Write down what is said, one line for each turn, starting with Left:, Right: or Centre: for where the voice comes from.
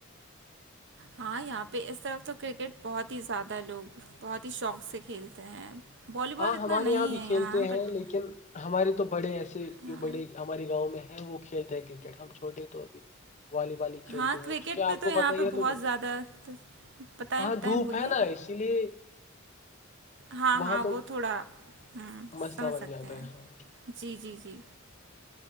Right: ہاں یہاں پہ اس طرف تو کرکٹ بہت ہی زیادہ لوگ بہت ہی شوق سے کھیلتے ہیں والی بال
Left: ہاں
Right: اتنا
Left: ہمارے
Right: نہیں
Left: بھی
Right: ہے
Left: کھیلتے
Right: یہاں
Left: ہیں
Right: بٹ
Left: لیکن ہمارے تو بڑے ایسے
Right: ہاں
Left: جو بڑے ہمارے گاؤں میں ہے وہ کھیلتے ہیں کرکٹ ہم چھوٹے توبھی والی بال ہی کھیلتے
Right: ہاں
Left: ہیں
Right: کرکٹ
Left: کیونکہ
Right: پہ
Left: آپ کو
Right: تو یہاں
Left: پت ہی
Right: پہ
Left: ہے
Right: بہت
Left: تو
Right: زیادہ بتیں
Left: ہاں
Right: بتائیں
Left: دھوپ
Right: بولیے
Left: ہے نا اسی لیے
Right: ہاں
Left: وہاں
Right: ہاں
Left: تو
Right: وہ تھوڑا ہوں
Left: مسئلہ
Right: سمجھ
Left: بن
Right: سکتے
Left: جاتا
Right: ہیں
Left: ہے ہاں
Right: جی جی جی